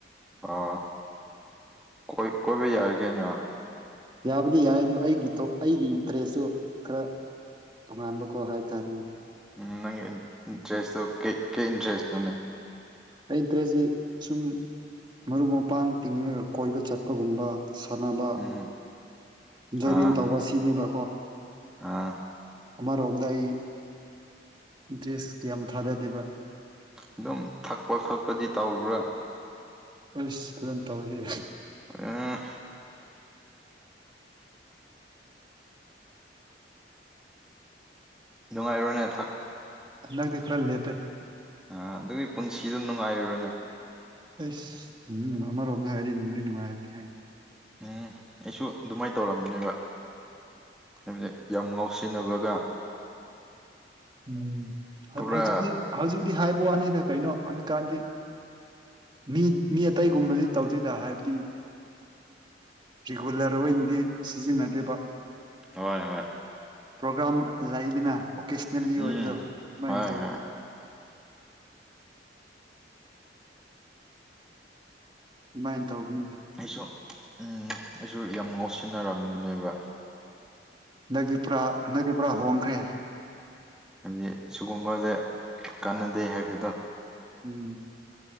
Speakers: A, in the centre; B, on the right.
A: ꯑꯥ ꯀꯣꯏ ꯀꯣꯏꯕ ꯌꯥꯔꯤꯒꯦꯩꯅ
B: ꯌꯥꯕꯗꯤ ꯌꯥꯏ ꯑꯗꯨ ꯑꯩꯒꯤ ꯑꯩꯒꯤ ꯏꯟꯇꯔꯦꯁꯁꯨ ꯈꯔ ꯇꯣꯉꯥꯟꯕꯀꯣ ꯍꯥꯏꯇꯥꯔꯦꯅꯦ
A: ꯎꯝ ꯅꯪ ꯏꯟꯇꯔꯦꯁꯇꯣ ꯀꯩ ꯏꯟꯇꯔꯦꯁꯅꯣꯅꯦ
B: ꯑꯩꯇ꯭ꯔꯖꯤ ꯁꯨꯝ ꯃꯔꯨꯞ ꯃꯄꯥꯡ ꯇꯤꯡꯉꯒ ꯀꯣꯏꯕ ꯆꯠꯄꯒꯨꯝꯕ ꯁꯥꯟꯅꯕ
A: ꯎꯝ
B: ꯏꯟꯖꯣꯏꯃꯦꯟ
A: ꯑꯥ
B: ꯇꯧꯕ ꯁꯤꯅꯦꯕ
A: ꯑꯥ
B: ꯑꯃꯔꯣꯝꯗ ꯑꯩ ꯏꯟꯇ꯭ꯔꯦꯁ ꯀꯌꯥꯝ ꯊꯥꯗꯗꯦꯕ
A: ꯑꯗꯨꯝ ꯊꯛꯄ ꯈꯣꯠꯄꯗꯤ ꯇꯧꯕ꯭ꯔꯥ
B: ꯑꯁ ꯐꯖꯅ ꯇꯧꯏꯦ
A: ꯑ ꯅꯨꯡꯉꯥꯏꯔꯣꯅꯦ ꯊꯛ
B: ꯍꯟꯛꯇꯤ ꯈꯔ ꯂꯦꯞꯄꯦ
A: ꯑ ꯑꯗꯨꯒꯤ ꯄꯨꯟꯁꯤꯗꯨ ꯅꯨꯡꯉꯥꯏꯔꯨꯔꯅꯦ
B: ꯑꯦꯁ ꯎꯝ ꯑꯔ ꯑꯞꯅ ꯍꯥꯏꯗꯤ ꯅꯣꯡ ꯅꯣꯡꯉꯥꯏ ꯑ ꯍꯦ
A: ꯎꯝ ꯑꯩꯁꯨ ꯑꯗꯨꯃꯥꯏꯅ ꯇꯧꯔꯝꯅꯦꯕ ꯍꯥꯏꯕ ꯌꯥꯝ ꯉꯥꯎꯁꯤꯟꯅꯕꯒ
B: ꯎꯝ
A: ꯄꯨꯔꯥ
B: ꯍꯧꯖꯤꯛꯇꯤ ꯍꯧꯖꯤꯛꯇꯤ ꯍꯥꯏꯕ ꯋꯥꯅꯤꯗ ꯀꯩꯅꯣ ꯍꯧꯖꯤꯛꯀꯥꯟꯗꯤ ꯃꯤ ꯃꯤ ꯑꯇꯩꯒꯨꯝꯕꯗꯤ ꯇꯧꯗꯣꯏꯗ ꯍꯥꯏꯕꯗꯤ ꯔꯤꯒꯨꯂꯔ ꯑꯣꯏꯅꯗꯤ ꯁꯤꯖꯤꯟꯅꯗꯦꯕ
A: ꯍꯣꯏ ꯍꯣꯏ
B: ꯄ꯭ꯔꯣꯒ꯭ꯔꯥꯝ ꯂꯩꯗꯅ ꯑꯣꯀꯦ ꯦꯜꯂꯤ ꯑꯣꯏꯕꯗꯣ
A: ꯎꯝ
B: ꯑꯗꯨꯃꯥꯏꯅ
A: ꯍꯣꯏ
B: ꯇꯧꯔꯤꯒ
A: ꯍꯣꯏ
B: ꯥꯏ ꯇ ꯍꯅꯤ
A: ꯑꯩꯁꯨ ꯑꯩꯁꯨ ꯌꯥꯝ ꯉꯣꯠꯁꯤꯟꯅꯔꯝꯕꯅꯦꯕ
B: ꯅꯪꯗꯤ ꯄꯨꯔꯥ ꯅꯪꯗꯤ ꯄꯨꯔꯥ ꯍꯣꯡꯈ꯭ꯔꯦ
A: ꯍꯥꯏꯕꯗꯤ ꯁꯤꯒꯨꯝꯕꯁꯦ ꯀꯥꯟꯅꯗꯦ ꯍꯥꯏꯕꯗꯣ
B: ꯎꯝ